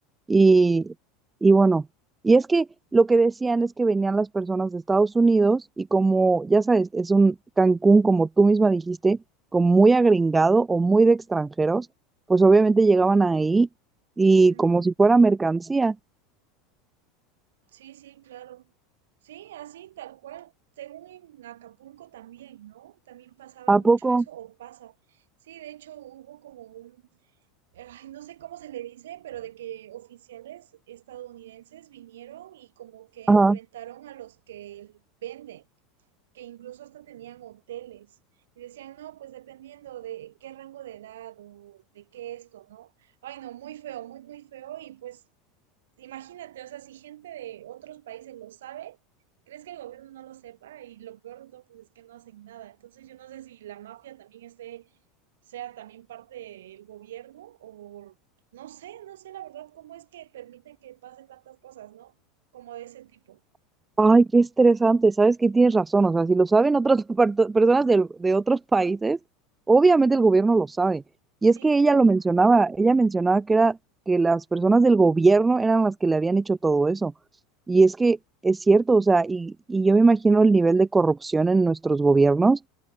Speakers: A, on the right (about 15°); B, on the right (about 80°).
A: y, y bueno, y es que lo que decían es que venían las personas de Estados Unidos y como ya sabes, es un Cancún, como tú misma dijiste, como muy agringado o muy de extranjeros, pues obviamente llegaban ahí y
B: Ujú.
A: como si fuera mercancía.
B: Sí, sí, claro. Sí, así, tal cual. Según en Acapulco también, ¿no? También pasaba
A: ¿A
B: mucho
A: poco?
B: eso, o pasa. Sí, de hecho hubo como un, ay, no sé cómo se le dice, pero de que oficiales estadounidenses vinieron y como que
A: Ajá.
B: enfrentaron a los que venden que incluso hasta tenían hoteles. Y decían, no, pues dependiendo de qué rango de edad o de qué esto, ¿no? Ay, no, muy feo, muy, muy feo. Y pues, imagínate, o sea, si gente de otros países lo sabe, ¿crees que el gobierno no lo sepa? Y lo peor de todo, pues es que no hacen nada. Entonces, yo no sé si la mafia también esté, sea también parte del gobierno o no sé, no sé la verdad cómo es que permiten que pase tantas cosas, ¿no? Como de ese tipo.
A: Ay, qué estresante, sabes que tienes razón, o sea, si lo saben otras <laughs> parto- personas del- de, otros países, obviamente el gobierno lo sabe.
B: Sí,
A: Y es que
B: claro.
A: ella lo mencionaba, ella mencionaba que era que las personas del gobierno eran las que le habían hecho todo eso. Y es que es cierto, o sea, y, y yo me imagino el nivel de corrupción en nuestros gobiernos,